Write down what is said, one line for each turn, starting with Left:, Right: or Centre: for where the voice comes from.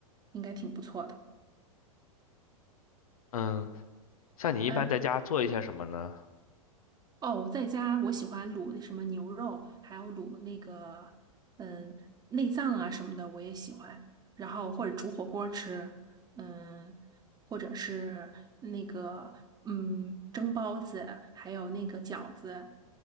Right: 应该挺不错的。
Left: 嗯，像你一般在家做一些什么呢？
Right: 嗯，哦，我在家我喜欢卤那什么牛肉，还有卤那个嗯内脏啊什么的，我也喜欢。然后或者煮火锅吃，嗯，或者是那个嗯蒸包子，还有那个饺子，